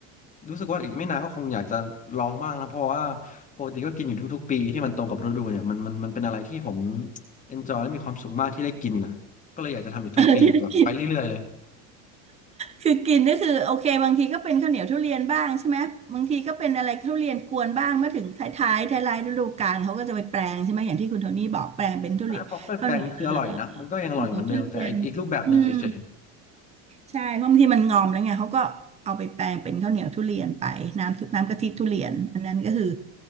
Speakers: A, on the left; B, on the right.
A: รู้สึกว่าอีกไม่นานก็คงอยากจะลองบ้างนะเพราะว่าปกติก็กินอยู่ทุกๆปีที่มันตรงกับฤดูเนี่ยมันมันมันเป็นอะไรที่ผม enjoy และมีความสุขมากที่ได้กินอ่ะก็เลยอยากจะทำอีกทุกปีแบบไปเรื่อยๆเลย
B: เออ <laughs> ที่ได้กินคือกินก็คือโอเคบางทีก็เป็นข้าวเหนียวทุเรียนบ้างใช่ไหมบางทีก็เป็นอะไรทุเรียนกวนบ้างเมื่อถึงท้ายๆท้ายๆฤดูกาลเขาก็จะไปแปลงใช่ไหมอย่างที่คุณโทนี่บอกแปลงเป็นทุเรียนข้าวเหนียวเอ่อ
A: อ่ะพอเขาเป็นแปลงคืออร่อยนะมันก็ยังอร่อยเหมือนเดิมแต่อีกอีกรูปแบบหนึ่งเฉย
B: ข้าวเหนียวทุเรียนอืม ใช่เพราะบางทีมันงอมแล้วไงเขาก็เอาไปแปลงเป็นข้าวเหนียวทุเรียนไปน้ำน้ำกะทิทุเรียนอันนั้นก็คือ